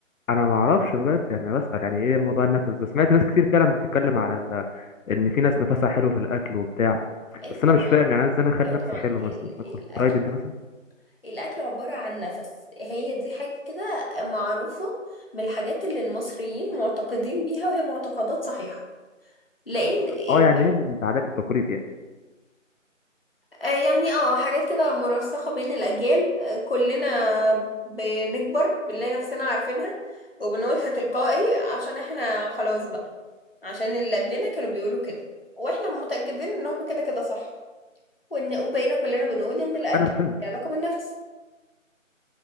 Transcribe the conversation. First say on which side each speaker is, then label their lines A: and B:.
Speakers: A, on the left; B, on the left.
A: أنا ما اعرفش بجد يعني انا بسال يعني ايه موضوع النفس ده سمعت ناس كتير فعلا بتتكلم على ال... ان في ناس نفسها حلو في الاكل وبتاع
B: ايوه
A: بس
B: طبعا
A: انا مش فاهم يعني انا ازاي انا اخلي
B: ايوه
A: نفسي
B: طبعا
A: حلو مثلا
B: ال
A: اكل
B: الاكل
A: فرايد انت مثلا
B: الاكل عباره عن نفس هي دي حاجه كده معروفه من الحاجات اللي المصريين معتقدين بيها وهي معتقدات صحيحه لان ال-
A: اه يعني ايه من العادات والتقاليد يعني
B: آه يعني اه حاجات كده مرسخه بين الاجيال آه كلنا بنكبر بنلاقي نفسنا عارفينها وبنقولها تلقائي عشان احنا خلاص بقى عشان اللي قبلنا كانوا بيقولوا كده واحنا متاكدين ان هم كده كده صح وان وبقينا كلنا بنقول ان الاكل
A: انا فهمت
B: له علاقه بالنفس